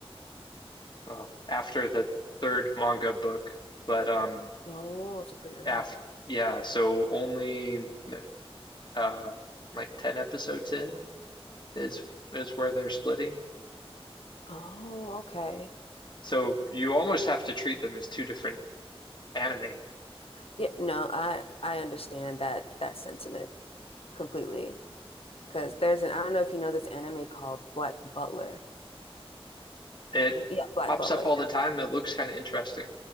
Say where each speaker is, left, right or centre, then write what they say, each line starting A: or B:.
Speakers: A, on the left; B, on the left.
A: well after the third manga book, but um
B: Oh, so pretty early.
A: after yeah, so only um like 10 episodes in is is where they're splitting.
B: Oh, okay.
A: So you almost have to treat them as two different anime.
B: Yeah, no, I I understand that that sentiment completely. Because there's an I don't know if you know this anime called Black Butler.
A: It
B: Yeah, Black
A: pops
B: Butler.
A: up all the
B: Yeah.
A: time. It looks kind of interesting.